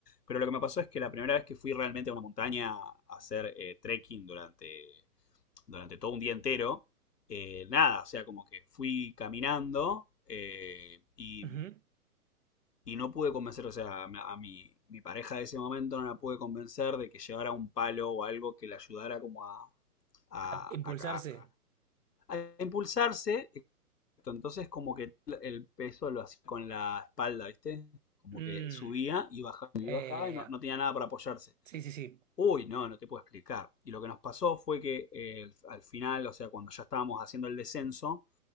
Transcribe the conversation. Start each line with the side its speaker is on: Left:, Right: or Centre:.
Left: pero lo que me pasó es que la primera vez que fui realmente a una montaña a hacer eh, trekking durante, durante todo un día entero, eh, nada, o sea, como que fui caminando eh, y
Right: Ujú.
Left: y no pude convencer, o sea, a mi, mi pareja de ese momento no la pude convencer de que llevara un palo o algo que le ayudara como a, a,
Right: A- Impulsarse.
Left: a- a- a impulsarse. Exacto, Entonces como que el peso lo hacía con la espalda, ¿viste? Como
Right: Mm,
Left: que subía y bajaba y
Right: ya,
Left: bajaba
Right: ya, ya,
Left: y
Right: ya.
Left: no, no tenía nada para apoyarse.
Right: Sí, sí, sí.
Left: Uy, no, no te puedo explicar. Y lo que nos pasó fue que eh, al final, o sea, cuando ya estábamos haciendo el descenso,